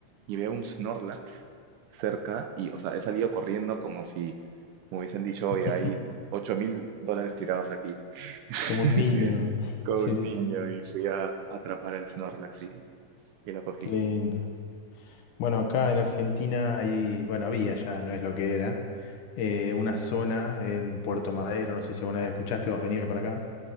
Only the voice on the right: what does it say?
y veo un Snorlax cerca y, o sea, he salido corriendo como si me hubiesen dicho,
oye, hay ocho mil dólares tirados aquí <laughs>
con
un
niño y fui a atrapar al Snorlax y, y lo cogí.